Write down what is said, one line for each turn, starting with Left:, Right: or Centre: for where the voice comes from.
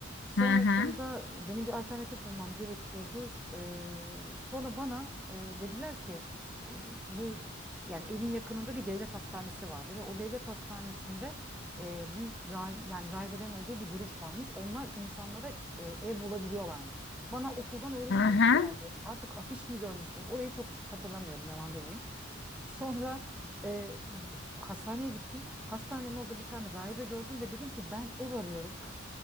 Centre: Sonrasında
Left: Hı hı.
Centre: benim bir alternatif bulmam gerekiyordu. Ee, sonra bana e, dediler ki e, bu yani evin yakınında bir devlet hastanesi vardı ve o devlet hastanesinde e, bir rahib- yani rahibelerin olduğu bir grup varmış. Onlar insanlara e, ev bulabiliyorlarmış. Bana okuldan öyle
Left: Hı
Centre: bir
Left: hı.
Centre: bilgi geldi. Artık afiş mi görmüştüm? Orayı çok hatırlamıyorum, yalan demeyeyim. Sonra e, hastaneye gittim. Hastanenin orada bir tane rahibe gördüm ve dedim ki ben ev arıyorum.